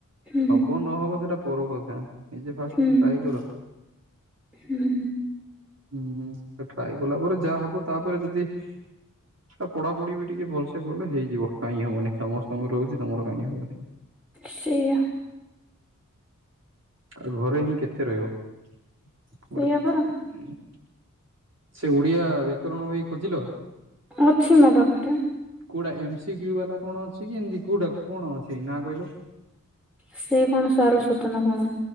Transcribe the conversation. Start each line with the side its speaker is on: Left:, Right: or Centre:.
Centre: ହୁଁ
Right: ହବ ନହବ ସେଟା ପର କଥା ନିଜେ ଫାଷ୍ଟ
Centre: ହୁଁ
Right: ଟ୍ରାଏ କର।
Centre: ହୁଁ
Right: ହୁଁ ହୁଁ ସେ ଟ୍ରାଏ କଲା ପରେ ଯାହା ହବ ତାପରେ ଯଦି ତା ପଢା ପଢି ଟିକେ ଭଲ୍‌ ସେ କଲେ ହେଇଯିବ କାଇଁ ହବନି ସମସ୍ତଙ୍କର ହଉଚି ତମର କାଇଁ ହବନି?
Centre: ସେଇଆ।
Right: ଆଉ ଘରେ ହିଁ କେତେ ରହିବ ଗୋଡ଼େ
Centre: ସେଇଆ
Right: ଉ
Centre: ପରା
Right: ଉ ଉ ଛେ ଓଡିଆ ବ୍ୟାକରଣ ବହି ଖୋଜିଲ?
Centre: ଅଛି ମ ପାଖ୍ ରେ।
Right: କୋଉଡା ଏମସି କ୍ୟୁ ବାଲା କଣ ଅଛି କି ଏମ୍ ତି କୋଉଡା କଣ ଅଛି ନାଁ କହିଲୁ?
Centre: ସେ କଣ ସାରସ୍ଵତ ନା କଣ?